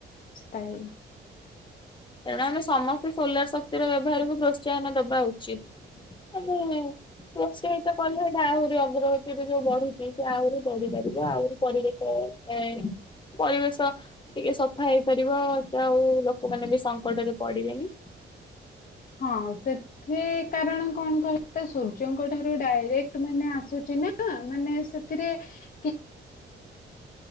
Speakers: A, on the left; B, on the left.
A: ସ୍ଥାୟୀ
B: ତେଣୁ ଆମେ ସମସ୍ତେ ସୋଲାର ଶକ୍ତିର ବ୍ୟବହାରକୁ ପ୍ରୋତ୍ସାହନ ଦବା ଉଚିତ। ମାନେ ପ୍ରୋତ୍ସାହିତ କଲେ ଆହୁରି ଅଗ୍ରଗତିରୁ ଯୋଉ ବଢୁଚି ସେ ଆହୁରି ବଢିପାରିବ। ଆହୁରି ପରିବେଶ ହେଁ ପରିବେଶ ଟିକେ ସଫା ହେଇପାରିବ ଆଉ ଲୋକମାନେ ବି ସଙ୍କଟରେ ପଡିବେନି।
A: ହଁ ସେତ ଏଥିରେ କାରଣ କଣ କହିଲେ ସୂର୍ଯ୍ୟଙ୍କ ଠାରୁ ଡାଇରେକ୍ଟ ମାନେ ଆସୁଚିନା ମାନେ ଏଥିରେ କି